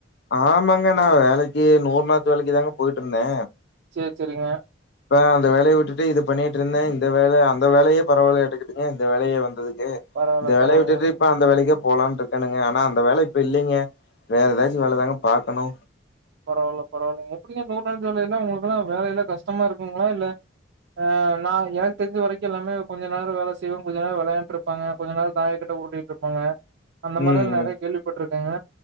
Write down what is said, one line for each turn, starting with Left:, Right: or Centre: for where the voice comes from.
Left: ஆமாங்க நா வேலைக்கு நூறு நாத்து வேலைக்கு தாங்க போயிட்ருந்தே
Right: செரி செரிங்க
Left: இப்ப அந்த வேலைய விட்டுட்டு இது பண்ணிட்ருந்தே இந்த வேல அந்த வேலையே பரவால்லயாட்டுக்குதுங்க இந்த வேலையே வந்தது கு
Right: பரவால்ல
Left: இந்த
Right: பரவால்லைங்க
Left: வேலைய விட்டுட்டு இப்ப அந்த வேலைக்கே போலான் இருக்கேனுங்க ஆனா அந்த வேல இப்ப இல்லைங்க வேற ஏதாச்சு வேல தாங்க பாக்கணு
Right: பரவால்ல பரவால்லைங்க எப்படிங்க நூ நாத்து வேல என்னா உங்களுக்குல்லா வேலைல கஷ்டமா இருக்குங்களா இல்ல ஆ நா எனக்கு தெரிஞ்ச வரைக்கு எல்லாமே கொஞ்சோ நேரம் வேல செய்வோ கொஞ்சோ நேரம் விளையாண்ட்டு இருப்பாங்க கொஞ்சோ நேரம் தாயக்கட்ட உருட்டிட்டு இருப்பாங்க அந்த
Left: ம்
Right: மாரிதா
Left: ம்
Right: நெறைய கேள்விப்பட்ருக்கேங்க